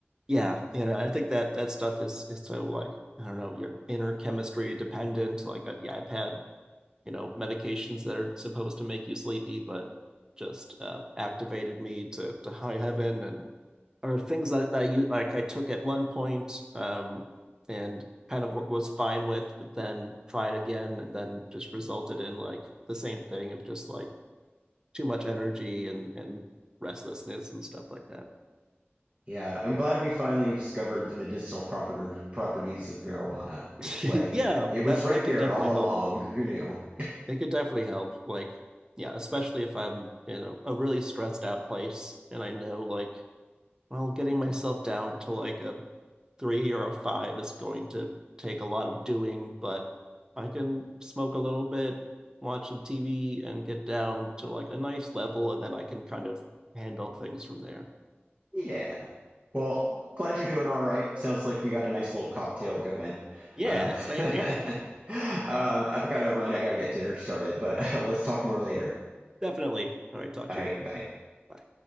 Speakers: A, on the right; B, on the right.
A: Yeah, you know, I think that that stuff is is so like I don't know, your inner chemistry dependent. Like, uh, yeah, I've had you know medications that are supposed to make you sleepy but just uh, activated me to, to high heaven and or things that, that you like i took at one point um, and kind of was fine with but then tried again and then just resulted in like the same thing of just like too much energy and and restlessness and stuff like that
B: Yeah, I'm glad we finally discovered the medicinal proper properties of marijuana. It's
A: <laughs>
B: like
A: yeah
B: it
A: that
B: was right
A: that
B: there
A: can definitely
B: all
A: help
B: along. Who knew?
A: it can definitely help like yeah especially if i'm in a, a really stressed out place and i know like well, getting myself down to like a three or a five is going to take a lot of doing, but I can smoke a little bit, watch some TV, and get down to like a nice level, and then I can kind of handle things from there.
B: Yeah. Well, glad you're doing all right. Sounds like we got a nice little cocktail going.
A: Yeah,
B: Uh,
A: same
B: <laughs> um,
A: here.
B: I've got to run. I got to get dinner started, but <laughs> uh, let's talk more later.
A: Definitely. All right, talk
B: All
A: to
B: right,
A: you later.
B: bye.
A: Bye.